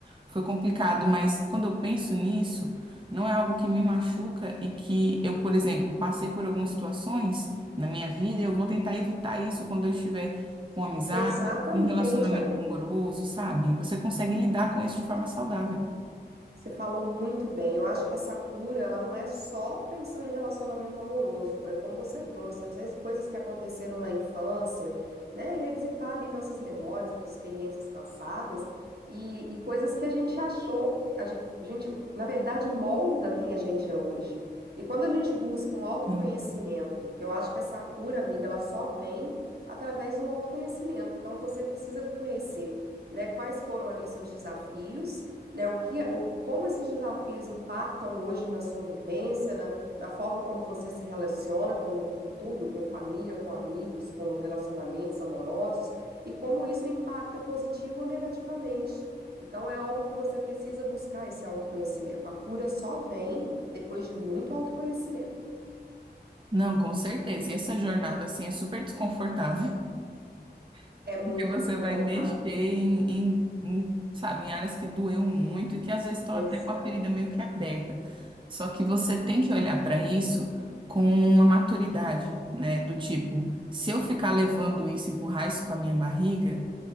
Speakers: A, on the right; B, on the right.
A: foi complicado, mas quando eu penso nisso, não é algo que me machuca e que eu, por exemplo, passei por algumas situações na minha vida e eu vou tentar evitar isso quando eu estiver com amizade,
B: Exatamente,
A: em relacionamento
B: amigo.
A: amoroso, sabe? Você consegue lidar com isso de forma saudável.
B: Você falou muito bem. Eu acho que essa cura, ela não é só pensando em relacionamento amoroso, é como você trouxe, às vezes coisas que aconteceram na infância, né? Revisitar ali nossas memórias, experiências passadas e, e coisas que a gente achou que a gente, a gente, na verdade, molda quem a gente é hoje. E quando a gente busca um autoconhecimento,
A: Uhum.
B: que eu acho que essa cura, amiga, ela só vem através do autoconhecimento. Então você precisa conhecer, né, quais foram ali seus desafios né, o que, o, como esses desafios impactam hoje na sua vivência, na, na forma como você se relaciona com, com tudo, com família, com amigos, com relacionamentos amorosos, e como isso impacta positivo ou negativamente. Então, é algo que você precisa buscar esse autoconhecimento. A cura só vem depois de muito autoconhecimento.
A: Não, com certeza. E essa jornada, assim, é super desconfortável, <laughs>
B: É muito
A: porque você
B: desconfortável.
A: vai mexer em, em- em, sabe, em áreas que doeu muito e que às vezes estão
B: Exato.
A: até com a ferida meio que aberta. Só que você tem que olhar para isso com uma maturidade, né? Do tipo, se eu ficar levando isso, empurrar isso com a minha barriga,